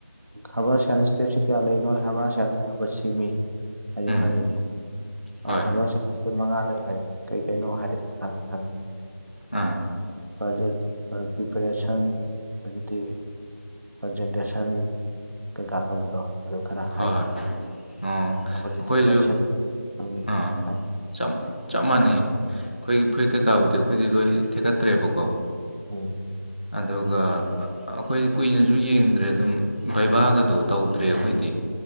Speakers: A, on the right; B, on the left.
A: ꯍꯕꯥ ꯁꯌꯥꯅ ꯏꯁꯇꯦꯞꯁꯤ ꯀꯌꯥ ꯂꯩꯅꯣ ꯍꯕꯥ ꯁꯅ ꯑꯌꯥꯝꯕ ꯁꯦꯝꯃꯤ ꯍꯥꯏꯗ
B: ꯎꯝ
A: ꯍꯪꯉꯦꯕꯀꯣ
B: ꯍꯣꯏ
A: ꯍꯥꯕꯔ ꯁꯇ ꯃꯉꯥꯗ ꯍꯥꯏꯔꯦ ꯀꯩꯀꯩꯅꯣ ꯍꯥꯏꯗꯤ ꯍꯪꯉꯤ
B: ꯑꯥ
A: ꯄ꯭ꯔꯖꯦꯛ ꯄ꯭ꯔꯤꯄꯔꯦꯁꯟ ꯑꯗꯨꯗꯤ ꯄ꯭ꯔꯖꯦꯟꯇꯦꯁꯟ ꯀꯩꯀꯥ ꯇꯧꯕꯗꯣ ꯑꯗꯨ ꯈꯔ
B: ꯍꯣꯏ
A: ꯍꯥꯏꯈꯦ
B: ꯍꯣꯏ ꯑꯣ
A: ꯍꯧꯖꯤꯛꯇꯤ
B: ꯑꯩꯈꯣꯏꯁꯨ
A: ꯈꯔ ꯁꯦꯝ ꯎꯝ
B: ꯑꯥ
A: ꯍꯥꯏ
B: ꯆꯞ ꯆꯞ ꯃꯥꯟꯅꯩ ꯑꯩꯈꯣꯏꯒꯤ ꯐꯨꯔꯤꯠ ꯀꯩꯀꯥꯕꯨꯗꯤ ꯑꯩꯈꯣꯏꯗꯤ ꯂꯣꯏ ꯊꯦꯛꯀꯠꯇ꯭ꯔꯦꯕꯀꯣ
A: ꯎꯝ
B: ꯑꯗꯨꯒ ꯑꯩꯈꯣꯏꯗꯤ ꯀꯨꯏꯅꯖꯨ ꯌꯦꯡꯗ꯭ꯔꯦ ꯑꯗꯨꯝ ꯕꯩꯕꯥꯒꯗꯣ ꯇꯧꯗ꯭ꯔꯦ ꯑꯈꯣꯏꯗꯤ꯫